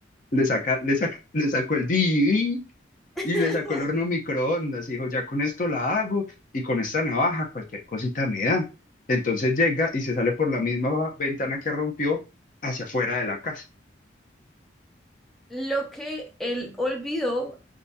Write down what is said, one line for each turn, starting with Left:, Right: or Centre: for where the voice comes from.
Left: le saca, le saca- le sacó el DVD
Centre: <laughs>
Left: y le sacó el horno microondas y dijo, ya con esto la hago y con esta navaja cualquier cosita me dan Entonces llega y se sale por la misma ventana que rompió hacia afuera de la casa.
Centre: Lo que él olvidó